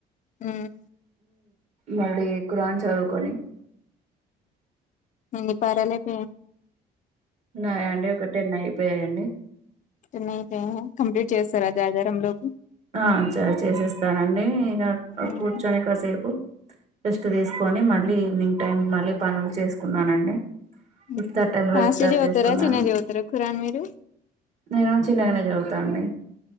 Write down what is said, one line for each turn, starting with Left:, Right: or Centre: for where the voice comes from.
Left: ఉమ్,
Right: మళ్ళీ ఖురాన్ చదువుకొని
Left: ఎన్ని పారాల అయిపోయినాయి
Right: నాయా అండి ఒక టెన్ అయిపోయాయండి
Left: టెన్ అయిపోయాయా కంప్లీట్ చేశారా జాగారంలోపు
Right: ఆ చ చేసిస్తానండి ఇగ
Left: ఉమ్,
Right: కూర్చొని కాసేపు రెస్ట్ తీసుకొని మళ్ళీ ఈవినింగ్ టైమ్ మళ్ళీ పనులు చేసుకున్నానండి
Left: ఉమ్.
Right: ఇఫ్తార్ టైమ్
Left: ఫాస్ట్
Right: లో ఇఫ్తార్
Left: చదువుతారా
Right: చేసుకున్నాను
Left: చిన్నగా చదువుతారా ఖురాన్ మీరు
Right: నేను చిన్నగానే చదువుతాండి